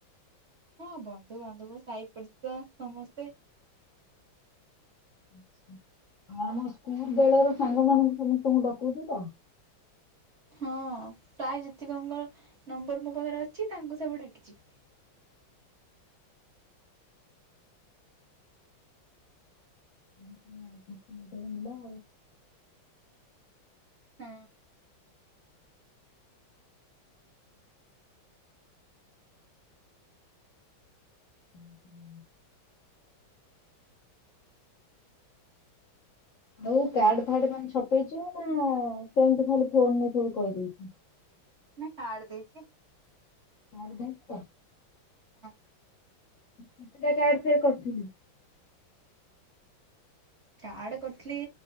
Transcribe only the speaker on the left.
ଆଛା ଆଉ ଆମ ସ୍କୁଲ୍ ବେଳ ର ସାଙ୍ଗ ମାନଙ୍କୁ ସମସ୍ତଙ୍କୁ ଡକଉଚୁ ତ?
<unintelligible>
ହୁଁ ହୁଁ। ହଉ କାର୍ଡ ଫାଡ ମେ ଛପେଇଛୁ ନା ସେମିତି ଖାଲି ଫୋନ ନେଇ ସବୁ କହିଦେଇଛୁ।
କାର ଦେଲୁ ତ?
କେତେଟା କାର୍ଡ ପେ କରିଥିଲି?